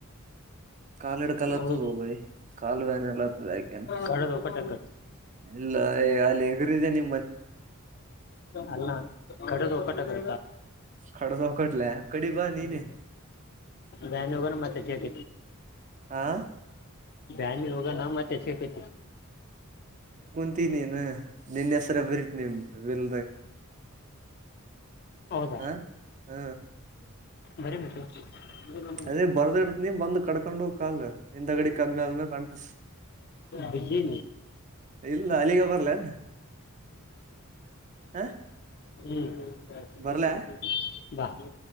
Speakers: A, on the right (about 35°); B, on the left (about 45°).
A: ಕಾಾಲಡ್ ಕಾಲ ಆತದ
B: ಹೌದು
A: ಬರಿ ಕಾಲು ವ್ಯಾನ ಎಲ್ಲ ಆತದೆ ಯಾಕೆನು
B: ಕಡದ ಒಕ್ಕಟ
A: ಎಲ್ಲ ಅಲ್ಲಿ ಎಗ್ರಿದೆ ನಿ
B: ಅಲ್ಲ ಕಡೆದು ಒಟ್ಟ ಕ
A: ಕಡ್ದೋಗಟ್ಲೆ ಕಡಿ ಬಾ ನೀನೆ
B: ಹ್ಮ್ ಬ್ಯಾ ಹೋಗಣ ಮತ್ತೆ ಚಕ
A: ಹಾ
B: ಬ್ಯಾನಿ ಹೋಗ ನಾ್ ಮತ್ತೆೈತಿ
A: ತ್ತ ನೀನು ನಿನ್ನ ಹೆಸರ ಬರೀತಿ ನಿಮ ಬೆಲ್ದ
B: ಹೌದಾ
A: ಹ ಹ
B: ಬರೀ ಮತ್ತೆ
A: ಅದೇ ಬರ್ದ ಇತ ನೀ ಬಂದ್ ಕಡ್ಕೊಂಡ ಹೋಗ್ ಕಾಲ್ ಇಿಂದ ಗಡ ಕದ್ಮಿ ಆದ್ಮೇ ಕಂಟಸ
B: ಬಿಜಲಿ
A: ಇಲ್ಲ ಅಲ್ಲಿಗ ಬರ್ಲನ್ ಹ
B: ನೀ ಹ
A: ಬರ್ಲಾ
B: ಹ್ಮ ಬ